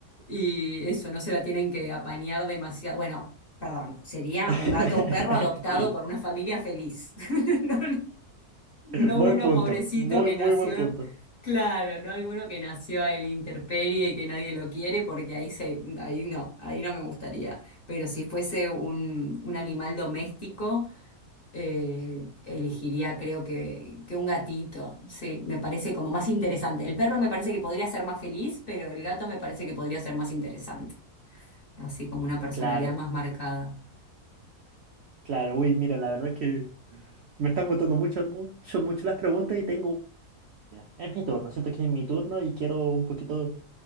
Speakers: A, on the left; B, on the right.
A: y eso, no se la tienen que apañar demasiado. Bueno, perdón, sería
B: <laughs>
A: un gato o un perro adoptado por una familia feliz. <laughs> No, no
B: Buen
A: uno
B: punto,
A: pobrecito
B: muy,
A: que
B: muy
A: nació,
B: buen punto.
A: claro, no alguno que nació a la intemperie y que nadie lo quiere porque ahí se, ahí no, ahí no me gustaría. Pero si fuese un, un animal doméstico eh, elegiría, creo que, que un gatito. Sí, me parece como más interesante. El perro me parece que podría ser más feliz, pero el gato me parece que podría ser más interesante. Así como una personalidad
B: Claro,
A: más marcada.
B: claro. Uy, mira, la verdad es que me están gustando mucho, mucho, mucho las preguntas y tengo... Mira, Es mi turno, siento que es mi turno y quiero un poquito,